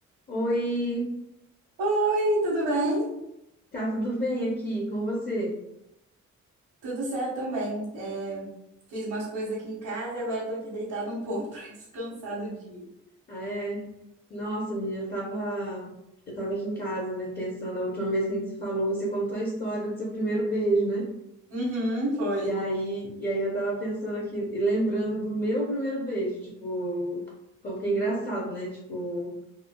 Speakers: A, on the left; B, on the right.
A: Oi,
B: Oi, tudo bem?
A: tá tudo bem aqui com você?
B: Tudo certo também. É, fiz umas coisas aqui em casa e agora eu tô aqui deitada um pouco <laughs> pra descansar do dia.
A: Ah, é? Nossa, menina, eu tava, eu tava aqui em casa, né, pensando, a última vez que a gente se falou, você contou a história do seu primeiro beijo, né?
B: Uhum, foi.
A: E aí, e aí eu tava pensando aqui e lembrando do meu primeiro beijo, tipo, como que é engraçado, né? Tipo,